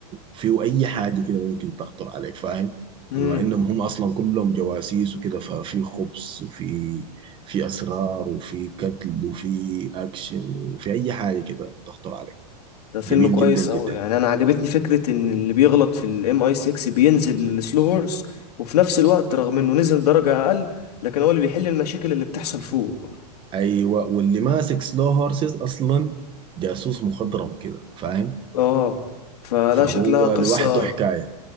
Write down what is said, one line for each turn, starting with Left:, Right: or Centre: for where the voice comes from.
Right: فيه أي حاجة كده ممكن تخطر عليك فاهم
Left: امم
Right: بما إنهم هم أصلا كلهم جواسيس وكده ففي خبز وفي في أسرار وفي قتل وفي أكشن وفي أي حاجة كده تخطر عليك
Left: ده فيلم
Right: جميل
Left: كويس
Right: جدا جدا
Left: قوي يعني انا عجبتني فكره ان اللي بيغلط في الام اي 6 بينزل السلو هورس وفي نفس الوقت رغم انه نزل درجه اقل لكن هو اللي بيحل المشاكل اللي بتحصل فوق
Right: أيوة واللي ماسك سلو هورسز أصلا جاسوس مخضرم كده فاهم
Left: اه فلا
Right: فهو
Left: شكلها قصه
Right: لوحده حكاية